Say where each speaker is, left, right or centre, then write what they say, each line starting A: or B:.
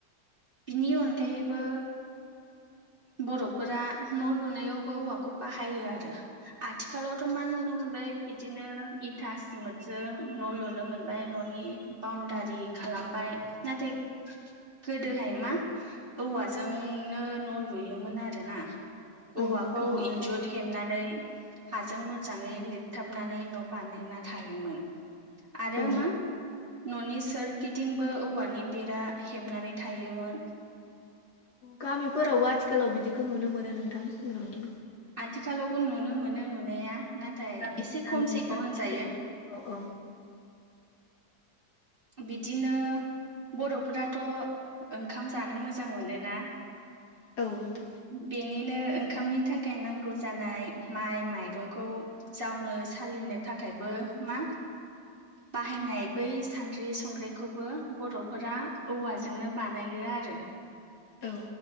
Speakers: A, on the right (about 30°); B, on the left (about 60°).
A: बिनि अनगायैबो बर'फोरा न' लुनायावबो औवाखौ बाहायो आरो। आथिखालावथ' मा नुनो मोनबाय बिदिनो इथा सिमतजों न' लुनो मोनबाय न'नि बाउणडारि खालामबाय नाथाय गोदोहाय मा औवाजोंनो न' लुयोमोन आरोना। औवाखौ
B: औ नोंथां
A: इन्जुर हेबनानै हाजों मोजाङै लिरथाबनानै न' बानायना थायोमोन। आरो
B: औ
A: मा न'नि सोरगिदिंबो औवानि बेरा हेबनानै थायोमोन।
B: गामिफोरावबो आथिखालाव बिदिखौ नुनो मोनो नोंथां।
A: आथिखालावबो नुनो मोनो नुनाया नाथाय
B: गामि
A: एसे
B: गामि
A: खमसैखौ
B: ओनसोलाव
A: होनजायो।
B: औ औ
A: बिदिनो बर'फोराथ' ओंखाम जानो मोजां मोनोना?
B: औ नोंथां।
A: बेनिनो ओंखामनि थाखाय नांगौ जानाय माइ माइरंखौ जावनो सालिनो थाखायबो मा बाहायनाय बै सान्द्रि संग्राय खौबो बर'फोरा औवाजोंनो बानायो आरो
B: औ